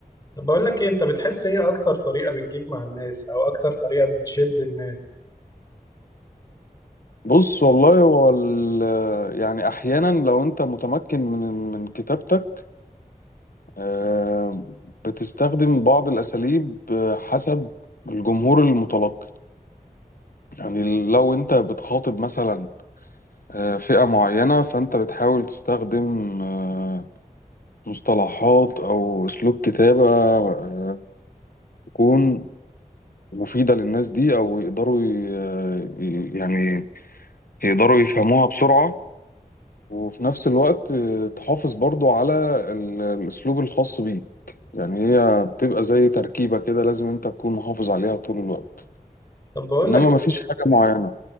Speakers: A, on the left; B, on the left.
A: طب بقول لك ايه انت بتحس ايه اكتر طريقه بتجيب مع الناس او اكتر طريقه بتشد الناس
B: بص والله هو ال- يعني احيانا لو انت متمكن من من كتابتك آه، بتستخدم بعض الأساليب آه، حسب الجمهور المتلقي يعني لو أنت بتخاطب مثلا آه، فئة معينة فأنت بتحاول تستخدم آه، مصطلحات أو أسلوب كتابة آه، تكون مفيدة للناس دي أو يقدروا ي- آه، ي- يعني يقدروا يفهموها بسرعة وفي نفس الوقت آه، تحافظ برضو على ال- الأسلوب الخاص بيك يعني هي بتبقى زي تركيبة كده لازم انت تكون محافظ عليها طول الوقت
A: طب بقول
B: انما
A: لك
B: مفيش حاجة معينة